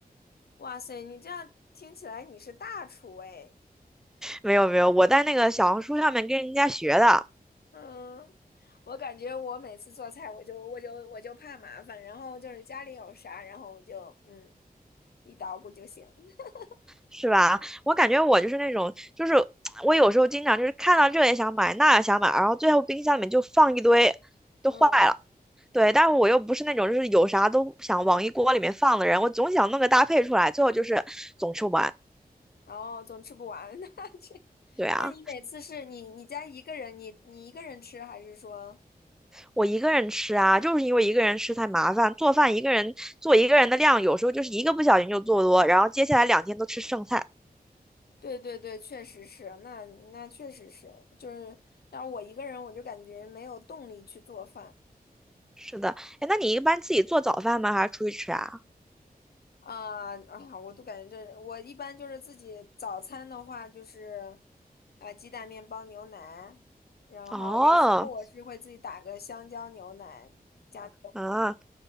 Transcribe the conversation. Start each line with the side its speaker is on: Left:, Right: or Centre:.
Left: 哇塞，你这样听起来你是大厨哎。
Centre: 没有没有，我在那个小红书上面跟人家学的，
Left: 嗯，我感觉我每次做菜，我就我就我就怕麻烦，然后就是家里有啥，然后我就嗯一捣鼓就行。<laughs>
Centre: 是吧？我感觉我就是那种就是。我有时候经常就是看到这也想买，那也想买，然后最后冰箱里面就放一堆，都坏了。
Left: 嗯，
Centre: 对，但是我又不是那种就是有啥都想往一锅里面放的人，我总想弄个搭配出来，最后就是总吃不完。
Left: 哦，总吃不完，<laughs> 那这，
Centre: 对啊，
Left: 那你每次是你你家一个人，你你一个人吃，还是说？
Centre: 我一个人吃啊，就是因为一个人吃太麻烦，做饭一个人做一个人的量，有时候就是一个不小心就做多，然后接下来两天都吃剩菜。
Left: 对对对，确实是，那那确实是，就是要是我一个人，我就感觉没有动力去做饭
Centre: 是的，哎，那你一般自己做早饭吗？还是出去吃啊？
Left: 啊啊，我都感觉这，我一般就是自己早餐的话，就是啊鸡蛋、面包、牛奶，然后有时候我是会自己打个香蕉牛奶加。
Centre: 哦，
Left: 然后
Centre: 啊，